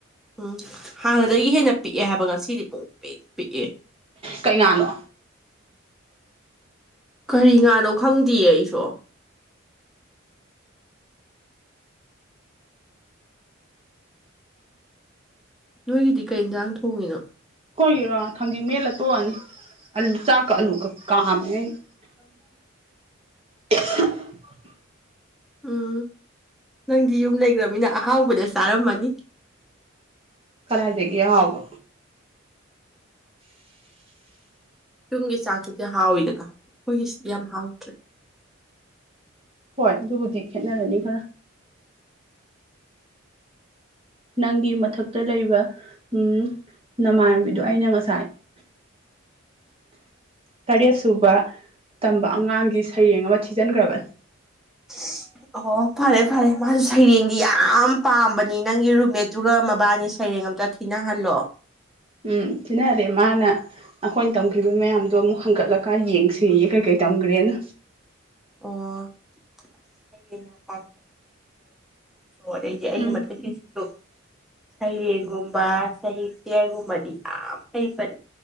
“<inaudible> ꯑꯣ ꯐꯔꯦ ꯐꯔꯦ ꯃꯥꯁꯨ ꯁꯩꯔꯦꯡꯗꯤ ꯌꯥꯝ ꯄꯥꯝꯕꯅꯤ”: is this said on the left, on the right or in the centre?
Centre